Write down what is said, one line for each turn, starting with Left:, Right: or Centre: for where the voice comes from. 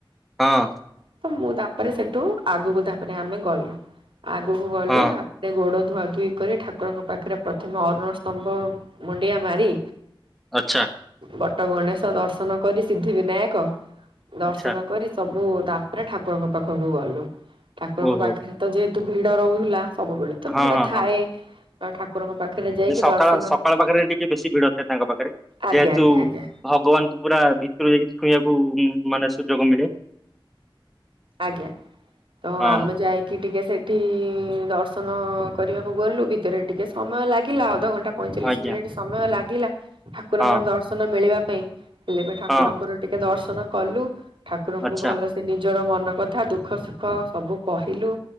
Centre: ହଁ।
Right: ତ ମୁଁ ତାପରେ ସେଠୁ ଆଗକୁ ତାପରେ ଆମେ ଗଲୁ। ଆଗକୁ ଗଲୁ
Centre: ହଁ
Right: ତାପରେ ଗୋଡ ଧୁଆ ଧୁଇ କରି ଠାକୁରଙ୍କ ପାଖରେ ପ୍ରଥମେ ଅରୁଣ ସ୍ତମ୍ଭ ମୁଣ୍ଡିଆ ମାରି
Centre: ଆଛା।
Right: ବଟଗଣେଶ ଦର୍ଶନ କରି ସିଦ୍ଧିବିନାୟକ ଦର୍ଶନ
Centre: ଆଚ୍ଛା
Right: କରି ସବୁ ତାପରେ ଠାକୁରଙ୍କ ପାଖକୁ ଗଲୁ ଠାକୁରଙ୍କ
Centre: ଓହୋ
Right: ପାଖରେ ତ ଯେହେତୁ ଭିଡ ରହୁଥିଲା ସବୁବେଳେ ତ
Centre: ହଁ
Right: ଭିଡ
Centre: ହଁ
Right: ଥାଏ
Centre: ହଁ
Right: ଠାକୁରଙ୍କ ପାଖରେ ଯାଇକି
Centre: ସକାଳ
Right: ଦର୍ଶନ
Centre: ସକାଳ ପାଖରେ ଟିକେ ବେଶୀ ଭିଡ ଥାଏ ତାଙ୍କ ପାଖରେ
Right: ଆଜ୍ଞା
Centre: ଯେହେତୁ
Right: ଆଜ୍ଞା ଆଜ୍ଞା
Centre: ଭଗବାନଙ୍କୁ ପୁରା ଭିତରୁ ଦେଇକି ଛୁଇଁବାକୁ ମାନେ ସୁଯୋଗ ମିଳେ।
Right: ଆଜ୍ଞା ତ
Centre: ହଁ।
Right: ଆମେ ଯାଇକି କି ଟିକେ ସେଇଠି ଦର୍ଶନ କରିବାକୁ ଗଲୁ ଭିତରେ ଟିକେ ସମୟ ଲାଗିଲା ଅଧଘଣ୍ଟା ପଇଁଚାଳିଶ
Centre: ଆଜ୍ଞା
Right: ମିନିଟ ସମୟ ଲାଗିଲା ଠାକୁରଙ୍କର
Centre: ହଁ
Right: ଦର୍ଶନ ମିଳିବା ପାଇଁ ହେଲେ ବି ଠାକୁରଙ୍କର
Centre: ହଁ
Right: ଟିକେ ଦର୍ଶନ କଲୁ ଠାକୁରଙ୍କୁ
Centre: ଆଚ୍ଛା
Right: ଭଲସେ ନିଜର ମନ ନ କଥା ଦୁଃଖ ସୁଖ ସବୁ କହିଲୁ